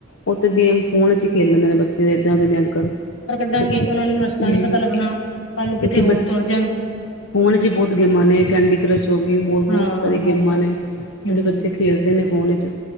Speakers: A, on the left; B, on the left.
A: ਉਹ ਤੇੇ ਗੇਮ ਫੋਨ ਚ ਹੀ ਖੇਲ ਲੈਂਦੇ ਨੇ ਬੱਚੇ ਦੇ ਇੱਦਾਂ ਦੇ ਨੇ ਅੱਜ ਕੱਲ
B: ਰੱਖ ਲਾਂਗੇ
A: ਕਿਉਂਕਿ
B: ਉਹਨਾਂ ਨੂੰ ਰਸਤਾ
A: ਹੂੰ
B: ਨੀ ਪਤਾ ਲੱਗਣਾ ਕੱਲ ਨੂੰ ਕਿੱਥੇ
A: ਕਿਉਂਕਿ
B: ਹੋਰ
A: ਬੱਚੇ
B: ਤੁਰ ਜਾਣ
A: ਫੋਨ ਚ ਹੀ ਬਹੁਤ ਗੇਮਾਂ ਨੇ ਕੈਂਡੀ ਕਰਸ਼ <unintelligible> ਹੋਰ ਬਹੁਤ
B: ਹਾਂ
A: ਸਾਰੀ
B: ਹਾਂਜੀ
A: ਗੇਮਾਂ
B: ਹਾਂਜੀ
A: ਨੇ ਜਿਹੜੇ ਬੱਚੇ
B: ਹੂੰ
A: ਖੇਡਦੇ ਨੇ ਫੋਨ ਵਿੱਚ